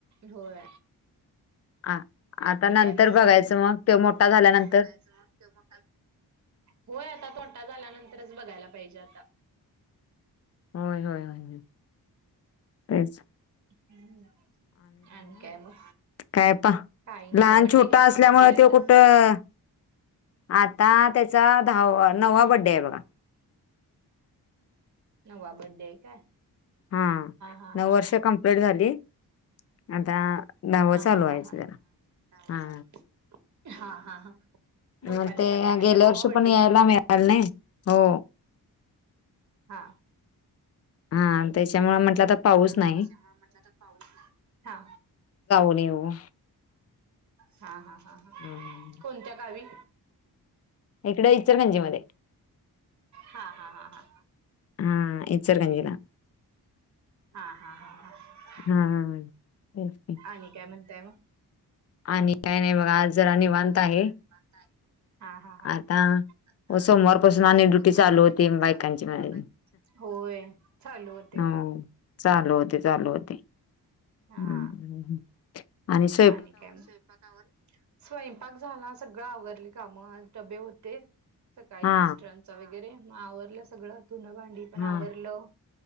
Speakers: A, on the right; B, on the left.
A: होय.
B: आ आता
A: आणि
B: नंतर
A: काय म्हणताय
B: बघायचं
A: मग
B: तो मोठा
A: आता
B: झाल्यानंतर
A: नंतर बघायचं मग. होय आता तोटा झाल्यानंतरच बघायला पाहिजे आता.
B: होय होय होय तेच.
A: खेच जोरात. आणि काय मग.
B: काय पा
A: काही नाही
B: लहान
A: बघा बड्डे
B: छोटा
A: कितवा
B: असल्यामुळे
A: बड्डे आहे
B: ते
A: आता
B: कुठं. आता त्याचा दहा नववा बड्डे आहे बघा.
A: नववा बड्डे आहे काय.
B: हा
A: हा
B: नऊ
A: हा
B: वर्ष
A: हा
B: कमप्लीट झाली. आता दहावं
A: हा
B: चालू
A: हा
B: व्हायचं
A: हा हा,
B: जरा.
A: दहाव
B: हा.
A: चालू हाय. हा हा हा, मोठ्याने
B: मग ते
A: करणार आहे
B: गेल्या
A: का दहावा
B: वर्षी
A: बर्थडे.
B: पण यायला मिळालं नाही. हो.
A: हा हा,
B: हा त्याच्यामुळे म्हटलं आता. पाऊस
A: ह.
B: नाही
A: त्याच्यामुळे म्हटलं तर पाऊच नाही. ह.
B: मेऊ.
A: हा हा हा हा
B: हम
A: कोणत्या गावी?
B: इकडे, इचरगंजी मध्ये.
A: हा, हा, हा, हां.
B: हा, इचरकणजीला.
A: हा, हा, हा, हा. <inaudible>
B: हा, तेच की.
A: आणि काय, म्हणताय मग?
B: आणि काही नाही बघा. आज जरा निवांत
A: आज
B: आहे
A: जरा निवांताय. हा, हा, हा.
B: आता
A: आता,
B: हो सोमवारपासून आणि
A: सोमवार
B: ड्युटी
A: पाासून
B: चालू
A: आणि
B: होती
A: ड्युटी, चालू
B: बायकांची
A: होतीय
B: माझी
A: का काय? होय. चालू होते
B: हो.
A: व.
B: चालू होते, चालू होते.
A: हा
B: हम, हम, हम. आणि सु
A: आणि काम मग? स्वयप क आवर. स्वयंपाक झाला. सगळं आवरली कामं. आज डबे होते सकाळी
B: हा
A: मिस्टरांचा वगैरे. मग आवरलं सगळं. धुणं- भांड डी पण
B: हा
A: आवरलं.